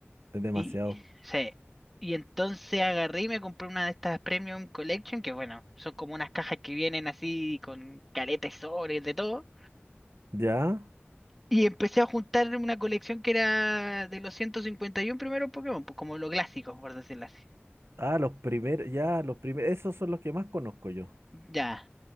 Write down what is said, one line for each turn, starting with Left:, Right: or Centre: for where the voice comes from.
Right: Es demasiado.
Centre: Y, sí, y entonces agarré y me compré una de estas Premium Collection, que bueno, son como unas cajas que vienen así con caleta y sobres de todo.
Right: ¿Ya?
Centre: Y empecé a juntar una colección que era de los 151 primeros Pokémon, pues como los clásicos, por decirlo así.
Right: Ah, los primeros, ya, los primeros, esos son los que más conozco yo.
Centre: Ya.